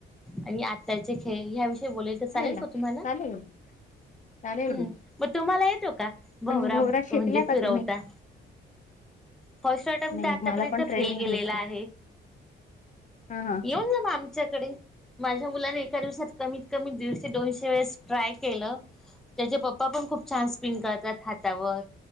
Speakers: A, in the centre; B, on the left.
A: आणि आताचे खे ह्या विषय बोय चालेल
B: ना
A: का तुम्हाला
B: चालेल चालेल
A: हम्म
B: ना.
A: मग तुम्हाला येतो का भवरा
B: तर मग भोवरा
A: म्हणजे
B: शिकला का
A: फिरवता
B: तुम्ही?
A: फर्स्ट अटेम्प्ट
B: नाही
A: आतापर्यंत
B: मला पण ट्रेनिंग
A: फेल केेलेला
B: घ्यायची.
A: आहे
B: हा हा
A: येऊन जा म आमच्याकडे माझ्या मुलाने एका दिवसात कमीत कमी दडशे दोनशे वेळेस ट्राय केलं त्याचे पप्पा पण खूप छान स्पिन करतात हातावर